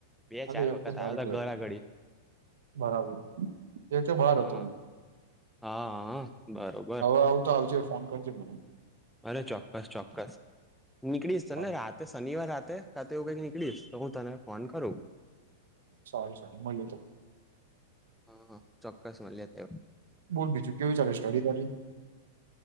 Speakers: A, in the centre; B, on the right.
A: બે-ચાર
B: એટલે એ વખતે
A: વખત
B: બાર
A: આવ્યો
B: ગયો
A: હતા, ઘર
B: હતો.
A: આગળ,
B: બરાબર એ વખતે બહાર
A: હા.
B: હતો હું
A: હા, હા. બરોબર
B: હવે આવું તો આવજે ફોન કરજે મરધું
A: અરે ચોક્કસ, ચોક્કસ નીકળીશ, ત
B: હા
A: ને રાતે શનિવાર રાતે ખાતેવું કઈક નીકળીશ, તો હું તને ફોન કરું.
B: સહી, સહી મને
A: હા, ચોક્કસ મળ્યા.
B: બોલ બીજું કેવું ચાલે સ્ટડી બડી?